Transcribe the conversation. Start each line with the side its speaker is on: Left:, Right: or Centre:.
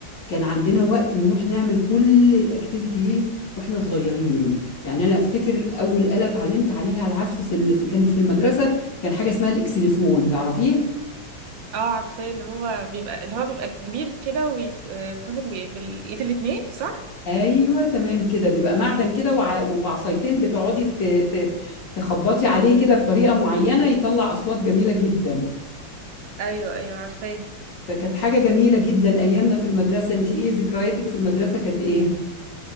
Left: كان عندنا وقت نروح نعمل كل الاكتيفيتي دي واحنا صغيرين يعني انا افتكر اول آلة اتعلمت عليها العزف في ال... في- كانت في المدرسة كان حاجة اسمها الاكسليفون تعرفيه
Right: اه عارفاه اللي هو بيبقى اللي هو بيبقى كبير كده وبتمسك بالإيد الاتنين صح؟
Left: ايوه تمام كده بيبقى معدن كده وع... وبعصايتين بتقعدي ت... ت... تخبطي عليه كده بطريقة معينة يطلع اصوات جميلة جدا
Right: أيوه أيوه عارفاه
Left: فكانت حاجة جميلة جدا ايامنا في المدرسة انت ايه ذكرياتك في المدرسة كانت ايه